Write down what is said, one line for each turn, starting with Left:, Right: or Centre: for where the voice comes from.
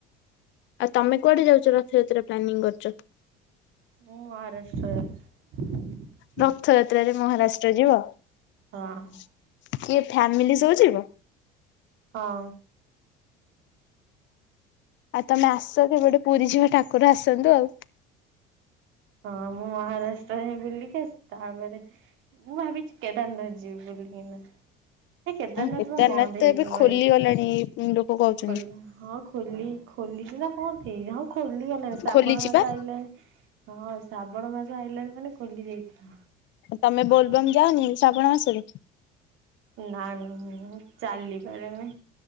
Left: ଆଉ ତମେ କୁଆଡେ ଯାଉଛ ରଥଯାତ୍ରା ପ୍ଲାନିଂ କରିଛ?
Right: ମୁଁ ମହାରାଷ୍ଟ୍ର ଯାଉଛି।
Left: ରଥଯାତ୍ରାରେ ମହାରାଷ୍ଟ୍ର ଯିବ
Right: ହଁ
Left: କିଏ ଫ୍ୟାମିଲି ସବୁ ଯିବ?
Right: ହଁ।
Left: ଆଉ ତମେ ଆସ କେ ଗୋଟେ ପୁରୀ ଯିବା ଠାକୁର ଆସନ୍ତୁ ଆଉ।
Right: ହଁ ମୁଁ ମହାରାଷ୍ଟ୍ର ହିଁ ବୁଲିକି ଆସି ତାପରେ ମୁଁ ଭାବିଛି କେଦାରନାଥ ଯିବି ବୁଲି <unintelligible> ଏ କେଦାରନାଥର
Left: କେଦାରନାଥ
Right: ବନ୍ଦ
Left: ତ
Right: ହେଇଯିବଣି
Left: ଏବେ ଖୋଲିଗଲାଣି ଲୋକ କହୁଛନ୍ତି
Right: ଖୋ ହଁ ଖୋଲି ଖୋଲିଛି ନା କଣ ହେଇ ହଁ ଖୋଲିଗଲାଣି ଶ୍ରାବଣ
Left: ଖୋଲିଛି
Right: ମାସ
Left: ପା।
Right: ଆଇଲାଣି ହଁ ଶ୍ରାବଣ ମାସ ଆଇଲାନି ମାନେ ଖୋଲି ଯାଇଥି
Left: ତମେ ବୋଲବମ ଯାଅନିି ଶ୍ରାବଣ ମାସରେ?
Right: ନା ନା ମୁ ଚାଲିପାରେନି।